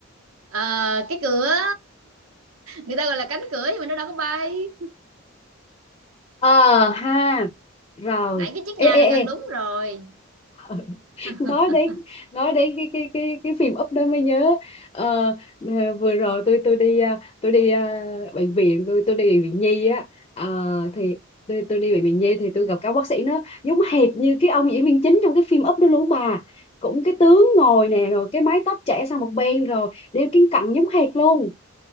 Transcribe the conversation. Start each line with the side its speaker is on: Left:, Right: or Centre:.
Right: ờ, cái cửa người ta gọi là cánh cửa nhưng mà nó đâu có bay
Left: ờ ha rồi
Right: nãy cái chiếc
Left: ê
Right: nhà
Left: ê
Right: là
Left: ê
Right: gần đúng rồi
Left: Ờ,
Right: <laughs>
Left: nói đến nói đến cái cái cái cái phim Up đó mới nhớ Ờ, ờ, vừa rồi tôi tôi đi à, tôi đi à, bệnh viện tôi tôi đi bệnh viện nhi á Ờ, thì tôi tôi đi bệnh viện nhi thì tôi gặp các bác sĩ nó giống hệt như cái ông diễn viên chính trong cái phim Up đó luôn bà cũng cái tướng ngồi nè rồi cái mái tóc chảy sang một bên rồi đeo kính cận giống hệt luôn